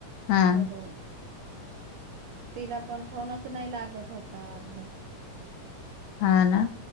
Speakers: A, on the left (about 75°); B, on the right (about 70°).
A: हा
B: तर, तिला पण फोनच नाही लागत होता वाटता.
A: हा ना!